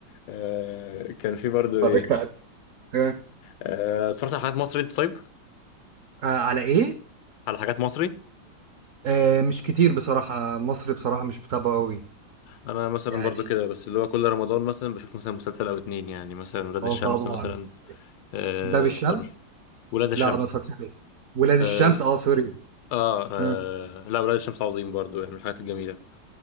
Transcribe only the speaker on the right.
<laughs>
اتفرجت عليه آه.
آه على ايه؟
آه مش كتير بصراحة مصري بصراحة مش بتابعه قوي
يعني
اه
طبعا
باب الشمس
لا ما اتفرجتش عليه ولاد
الشمس اه سوري
آه.